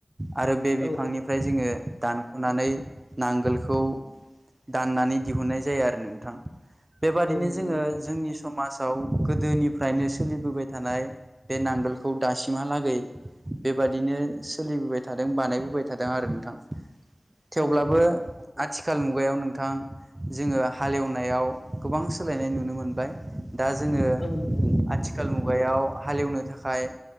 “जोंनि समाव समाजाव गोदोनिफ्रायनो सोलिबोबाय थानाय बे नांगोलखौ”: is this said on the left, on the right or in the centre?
Right